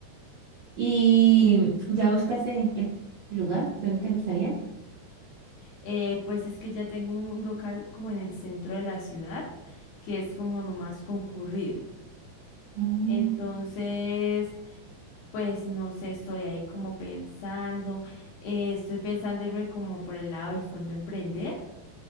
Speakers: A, on the right (about 80°); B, on the left (about 80°).
A: ¿Y ya buscaste el el lugar? ¿Dónde te gustaría?
B: Eh, pues es que ya tengo un local como en el centro de la ciudad, que es como lo más concurrido.
A: Ah,
B: Entonces, pues no sé, estoy ahí como pensando, eh, estoy pensando irme como por el lado del fondo emprender,